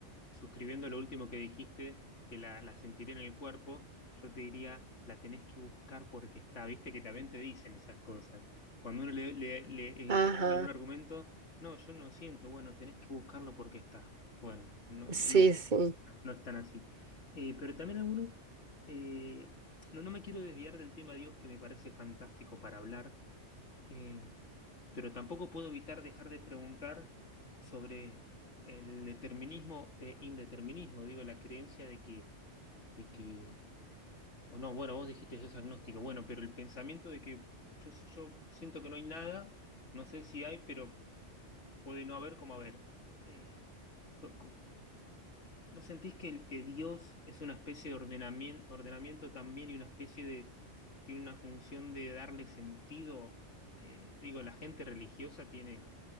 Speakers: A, on the left; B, on the right.
A: suscribiendo lo último que dijiste, que la, la sentiré en el cuerpo, yo te diría, la tenés que buscar porque está, viste que también te dicen esas cosas. Cuando uno le, le- le,
B: Ajá.
A: eh, algún argumento, no, yo no siento, bueno, tenés que buscarlo porque está. Bueno, no,
B: Sí,
A: no, no.
B: sí.
A: no están así. Eh, pero también algunos, eh, no, no me quiero desviar del tema Dios, que me parece fantástico para hablar, eh, pero tampoco puedo evitar dejar de preguntar sobre el determinismo e indeterminismo, digo, la creencia de que, de que, o no, bueno, vos dijiste que sos agnóstico, bueno, pero el pensamiento de que yo, yo siento que no hay nada, no sé si hay, pero puede no haber como haber. Eh, co- co- ¿No sentís que el que Dios es una especie de ordenamiento, ordenamiento también y una especie de, tiene una función de darle sentido? Eh, digo, la gente religiosa tiene,